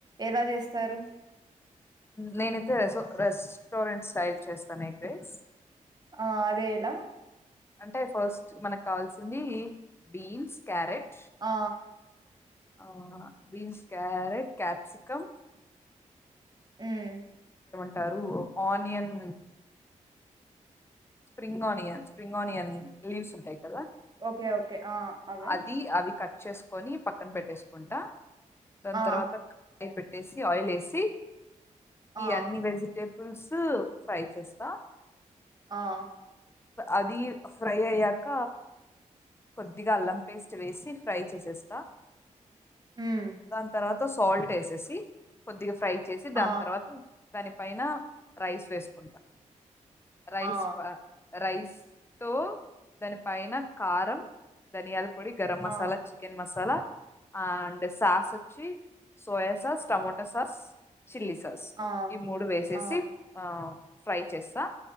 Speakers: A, on the right; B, on the left.
A: ఎలా చేస్తారు
B: నేనైతే రె రెస్టారెంట్ స్టైల్ చేస్తాను ఎగ్రేస్
A: ఆ అదే ఎలా
B: అంటే ఫస్ట్ మనకు కావాల్సింది బీన్స్, క్యారెట్
A: ఆ
B: ఆ బీన్స్, క్యారెట్, కాప్సికం
A: ఉమ్
B: టారు onion spring onion spring onion leaves ఉంటాయి కదా
A: ఓకే ఓకే ఆ అవే
B: అది అవి కట్ చేసుకొని పక్కన పెట్టేసుకుంటా దాని
A: ఆ
B: తర్వాత <inaudible> దేశీ ఆయిల్ ఏసి ఈ
A: ఆ
B: అన్ని వెజిటే బుల్స్ ఫ్రై చేస్తా
A: ఆ
B: అది ఫ్రై అయ్యాక కొద్దిగా అల్లం పేస్ట్ వేసి ఫ్రై చేసేస్తా
A: హ్మ్
B: దాని తర్వాత సాల్ట్ వేసేసి కొద్దిగా ఫ్రై చేసి
A: ఆ
B: దాని తర్వాత దానిపైన రైస్ వేసుకుంటా రైస్
A: ఆ
B: పా రైస్ తో దాని పైన కారం ధనియల్ పొడి గరం మసాలా
A: ఆ
B: చికెన్ మసాలా ఆ అండ్ సాస్ వచ్చీ soya sauce tomato sauce chilli sauce
A: ఆ
B: ఈ మూడు వేసేసి
A: ఆ
B: ఆ ఫ్రై చేస్తా